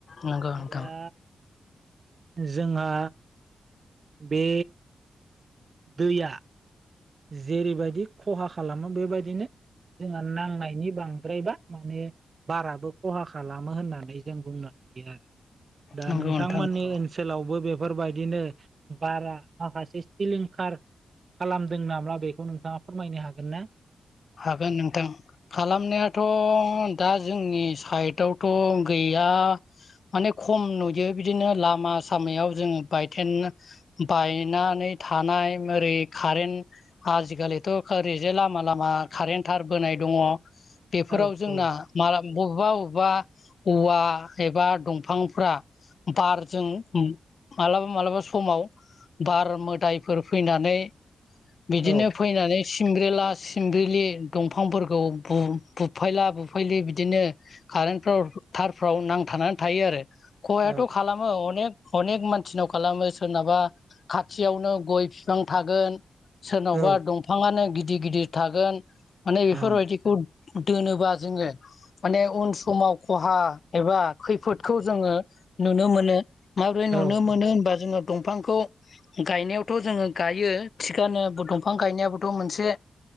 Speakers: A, on the left (about 60°); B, on the right (about 50°).
A: नंगौ नोंथां
B: दा जोंहा बे दैया जेरैबायदि खहा खालामो बेबायदिनो जोंहा नांनायनि बांद्रायबा माने बाराबो खहा खालामो होननानै जों बुंनो आरो दा
A: नंगौ
B: नोंथांमोननि
A: नोंथां नंगौ
B: ओनसोलावबो बे बेफोरबायदिनो बारा माखासे सिलिंखार खालाम दों नामा बेखौ नोंथाङा फोरमायनो हागोन ना?
A: हागोन नोंथां खालामनायाथ' दा जोंनि साइडआवथ' गैया माने खम नुयो बिदिनो लामा सामायाव जोङो बाय बायनानै थानाय ओरै कारेन्ट आजिखालिथ' ओरैजे लामा लामा कारेन्ट थार बोनाय दङ बेफोराव
B: औ
A: जोंना
B: औ
A: मा बबेबा बबेबा औवा एबा दंफांफ्रा बारजों मालाबा मालाबा समाव बार मोदायफोर फैनानै बिदिनो
B: औ
A: फैनानै सिमब्रेला सिमब्रि दंफांफोरखौ बुफायला बुफायलि बिदिनो कारेनफ्राव थाराव नांथानानै थायो आरो खहायाथ
B: औ
A: खालामो अनेक अनेक मानसिनाव खालामो सोरनाबा खाथियावनो गय बिफां थागोन। सोरनावबा
B: औ
A: दंफाङानो गिदिर गिदिर थागोन माने बेफोरबायदिखौ
B: औ औ
A: दोनोबा जोङो माने उन समाव खहा एबा खैफोदखौ जोङो नुनो मोनो माबोरै नुनो
B: औ
A: मोनो
B: औ
A: होनबा जोङो दंफांखौ गायनायावथ जोङो गायो थिखानो दंफां गायनायाबोथ' मोनसे